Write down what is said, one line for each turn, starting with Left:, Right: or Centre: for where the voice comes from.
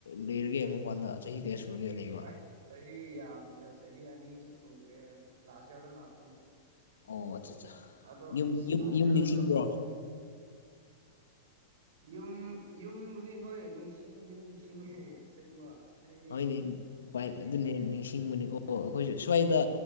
Left: ꯂꯩꯔꯒꯦ ꯃꯄꯥꯟꯗ ꯆꯍꯤ ꯀꯌꯥ ꯁꯨꯔꯒꯦ ꯂꯩꯕ
Right: ꯑꯩ ꯆꯍꯤ ꯌꯥꯝꯅꯤꯅ ꯆꯍꯤ ꯑꯅꯤꯁꯨ ꯁꯨꯗ꯭ꯔꯦ ꯂꯥꯁ ꯌꯔꯗ ꯂꯥꯛꯄꯅꯣ
Left: ꯑꯣ ꯑꯠꯆꯥ ꯑꯠꯆꯥ
Right: ꯑꯗꯣ
Left: ꯌꯨꯝ ꯌꯨꯝ
Right: ꯂꯥꯁ
Left: ꯌꯨꯝ
Right: ꯌꯥ
Left: ꯅꯤꯡꯁꯤꯡꯕ꯭ꯔꯣ
Right: ꯂꯗ ꯌꯨꯝ ꯌꯨꯝꯕꯨꯗꯤ ꯍꯣꯏ ꯅꯤꯡꯁꯤꯡꯕꯨꯗꯤ ꯅꯤꯡꯁꯤꯡꯉꯦ ꯁꯦꯡꯕ ꯍꯥꯏꯒꯦ
Left: ꯍꯣꯏꯅꯦ ꯎꯄꯥꯏ ꯑꯗꯨꯅꯦ ꯅꯤꯡꯁꯤꯡꯕꯅꯤꯀꯣ ꯑꯩꯈꯣꯏꯁꯨ ꯁ꯭ꯋꯥꯏꯗ